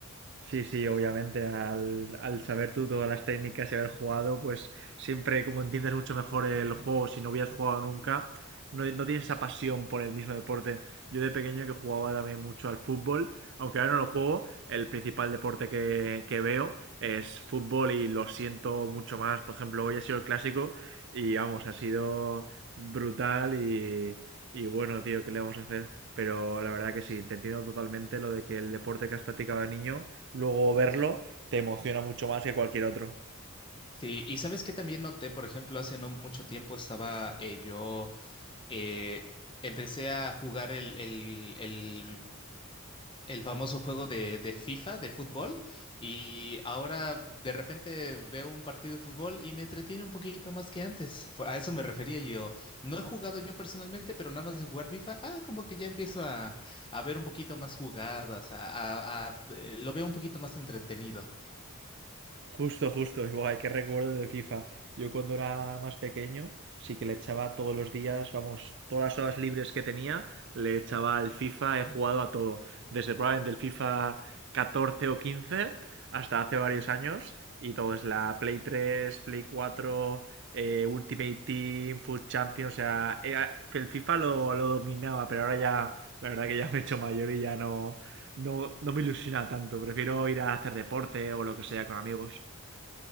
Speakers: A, on the right; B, on the left.
A: Sí, sí, obviamente, al, al saber tú todas las técnicas y haber jugado, pues siempre como entiendes mucho mejor el juego, si no hubieras jugado nunca, no, no tienes esa pasión por el mismo deporte. Yo de pequeño que jugaba también mucho al fútbol, aunque ahora no lo juego, el principal deporte que, que veo es fútbol y lo siento mucho más. Por ejemplo, hoy ha sido el clásico y vamos, ha sido brutal y, y bueno, tío, ¿qué le vamos a hacer? Pero la verdad que sí, te entiendo totalmente lo de que el deporte que has practicado de niño, luego verlo, te emociona mucho más que cualquier otro.
B: Sí, y sabes que también noté, por ejemplo, hace no mucho tiempo estaba eh, yo, eh, empecé a jugar el, el, el- el famoso juego de, de FIFA, de fútbol, y ahora de repente veo un partido de fútbol y me entretiene un poquito más que antes. Fue- A eso me refería yo. No he jugado yo personalmente, pero nada más de jugar FIFA, ah, como que ya empiezo a, a ver un poquito más jugadas, a, a- a- eh, lo veo un poquito más entretenido.
A: Justo, justo. Y, Buah, qué recuerdo del FIFA. Yo cuando era más pequeño, sí que le echaba todos los días, vamos, todas las horas libres que tenía, le echaba al FIFA, he jugado a todo. Desde probablemente el FIFA 14 o 15 hasta hace varios años. Y todo es la Play tres Play cuatro eh, Ultimate Team, Food Champions. O sea, eh, el FIFA lo, lo dominaba, pero ahora ya, la verdad que ya me he hecho mayor y ya no, no, no me ilusiona tanto. Prefiero ir a hacer deporte o lo que sea con amigos.